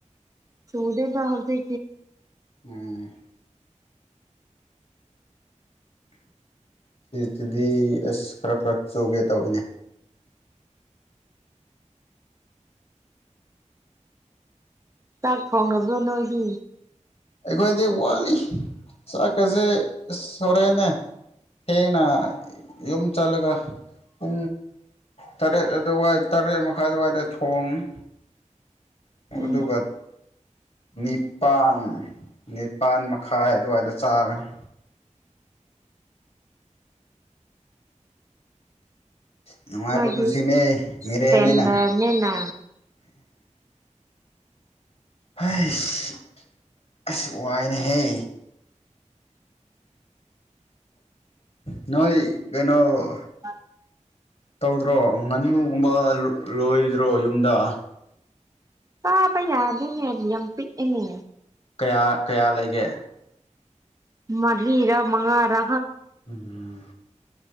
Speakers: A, on the right; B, on the left.
A: ꯆꯨꯗꯦꯟ ꯇꯍ ꯆ
B: ꯎꯝ ꯁꯤꯇꯗꯤ ꯑꯁ ꯈꯔ ꯈꯔ ꯆꯨꯒꯦ ꯇꯧꯏꯅꯦ
A: ꯆꯥꯛ ꯊꯣꯡꯉꯕ꯭ꯔꯥ ꯅꯣꯏꯗꯤ
B: ꯑꯩꯈꯣꯏꯗꯤ ꯋꯥꯠꯂꯤ ꯆꯥꯛꯀꯁꯦ ꯁꯣꯔꯦꯅꯦ ꯍꯦꯡꯅ ꯌꯨꯝ ꯆꯠꯂꯒ ꯎ ꯇꯔꯦꯠ ꯑꯗꯨꯋꯥꯏ ꯇꯔꯦꯠ ꯃꯈꯥꯏ ꯑꯗꯨꯋꯥꯏꯗ ꯊꯣꯡꯉ ꯃꯗꯨꯒꯠ
A: ꯎꯝ
B: ꯅꯤꯄꯥꯜ ꯅꯤꯄꯥꯜ ꯃꯈꯥꯏ ꯑꯗꯨꯋꯥꯏꯗ ꯆꯥꯒꯅꯤ ꯅꯨꯡꯉꯥꯏꯕ
A: ꯅꯣꯏꯗꯤ
B: ꯄꯨꯟꯁꯤꯅꯦ
A: ꯏꯁꯇꯦꯟꯗꯔꯅꯤꯅ
B: ꯃꯦꯔꯦꯅꯤꯅ ꯎ ꯍꯁ ꯑꯁ ꯋꯥꯏꯅꯦꯍꯦ
A: <unintelligible>
B: ꯅꯣꯏ ꯀꯩꯅꯣ
A: ꯑ
B: ꯇꯧꯗ꯭ꯔꯣ ꯉꯥꯅꯨꯒꯨꯝꯕ ꯂꯣꯏꯗ꯭ꯔꯣ ꯌꯨꯝꯗ
A: ꯄꯥꯕ ꯌꯥꯗꯅꯦꯔꯝ ꯄꯤꯛꯏꯅꯦ
B: ꯀꯌꯥ ꯀꯌꯥ ꯂꯩꯒꯦ
A: ꯃꯙꯤꯔꯥ ꯃꯉꯔ
B: ꯎꯝ